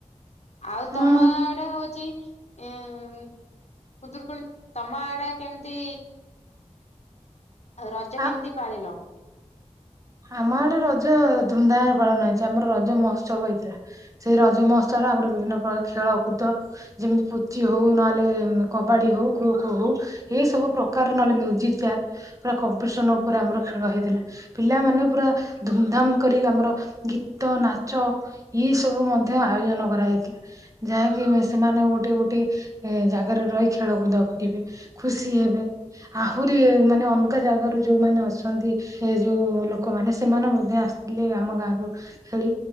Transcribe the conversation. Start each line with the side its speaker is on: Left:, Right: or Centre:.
Left: ଆଉ
Right: ହଁ
Left: ତମ ଆଡେ ହୋଉଚି ହଁ ଖୁଦୁରୁକୁଣୀ ତମ ଆଡେ କେମତି ଆଉ ରଜ
Right: ଆ
Left: କେମିତି ପାଳିଲ?
Right: ଆମ ଆଡେ ରଜ ଧୁମଧାମରେ ପାଳନ ହେଇଛି, ଆମର ରଜ ମହୋତ୍ସବ ହେଇଥିଲା। ସେଇ ରଜ ମହୋତ୍ସବରେ ଆମର ବିଭିନ୍ନ ପ୍ରକାର ଖେଳ କୁଦ ଯେମିତି ପୁଚି ହଉ ନହେଲେ କବାଡି ହଉ ଖୋ ଖୋ ହଉ ଏଇ ସବୁ ପ୍ରକାର ନହେଲେ ମ୍ୟୁଜିକ ଚେୟାର, ପୁରା କମ୍ପିଟିସନ୍ ଉପରେ ଆମର ଖେଳ ହେଇଥିଲା। ପିଲାମାନେ ପୁରା ଧୁମଧାମ୍ କରି ଆମର ଗୀତ ନାଚ ଇଏ ସବୁ ମଧ୍ୟ ଆୟୋଜନ କରାଯାଇଥିଲା। ଯାହାକି ସେମାନେ ଗୋଟିଏ ଗୋଟିଏ ଜାଗାରେ ରହି ଖେଳକୁଦ କରିବେ। ଖୁସି ହେବେ, ଆହୁରି ମାନେ ଅଲଗା ଜାଗାରୁ ଯୋଉମାନେ ଅଛନ୍ତି ସେ ଯୋଉ-ଉ ଲୋକମାନେ ସେମାନେ ମଧ୍ୟ ଆସିଥିଲେ ଆମ ଗାଆଁକୁ। ଖେଳି,